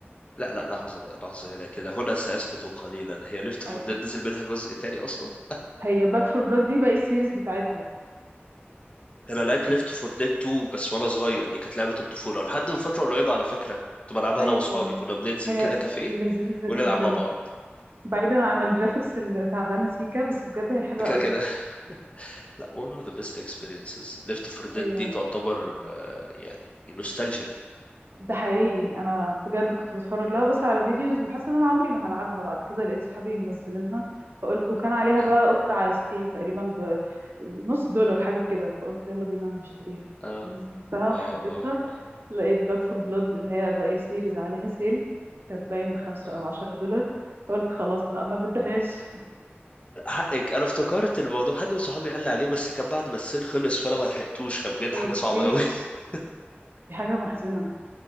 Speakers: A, on the left; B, on the right.
A: لا لا لحظة بقى لحظة هنا كده هنا سأسكت قليلا هي ليفت
B: آه،
A: فور ديد نزل منها جزء تاني أصلا
B: هي باك فور بلاد دي بقى السيريز بتاعتها
A: <laughs> أنا لعبت ليفت فور ديد 2 بس وأنا صغير دي كانت لعبة الطفولة لحد من فترة قريبة على فكرة كنت بلعبها
B: أيوه
A: أنا وأصحابي كنا بننزل
B: هي
A: كده كافيه
B: لذيذة
A: ونلعب
B: جدا
A: مع بعض
B: بعيدا عن الجرافيكس اللي تعبانه سيكا بس بجد هي حلوه
A: ده كده
B: قوي
A: كده <laughs> لا one of the best experiences ليفت فور ديد
B: ايوه
A: دي تعتبر آه، يعني نوستالجيا
B: ده حقيقي انا بجد كنت بتفرج لها بس على فيديوز وحاسه ان انا عمري ما هلعبها بعد كده لقيت صحابي منزلينها فقلت وكان عليها
A: اه
B: بقى اوفر على ستيم تقريبا بنص دولار حاجه كده فقلت يلا بينا هشتريها
A: اه
B: نزلتها وحبيتها
A: اه اه, آه.
B: لقيت باك فور بلاد اللي هي باقي السيريز عليها سيل كانت باين بخمسة
A: آه.
B: او عشرة دولار فقلت خلاص بقى ما بدهاش
A: حقك انا افتكرت الموضوع حد من صحابي قال لي عليه بس كان بعد ما السيل خلص فانا ما لحقتوش كان
B: <laughs>
A: بجد
B: اوكي
A: حاجه صعبه قوي <laughs>
B: دي حاجه محزنه